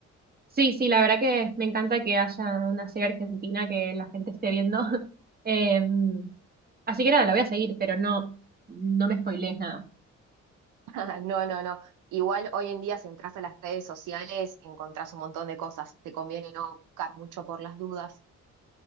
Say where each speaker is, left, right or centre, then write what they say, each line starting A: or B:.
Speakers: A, on the right (about 30°); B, on the right (about 80°).
A: Sí, sí, la verdad que me encanta que haya una serie argentina que la gente esté viendo. <laughs> Em, así que nada, la voy a seguir, pero no, no me spoilees nada.
B: <laughs> No, no, no. Igual hoy en día si entras a las redes sociales encontrás un montón de cosas, te conviene no buscar mucho por las dudas.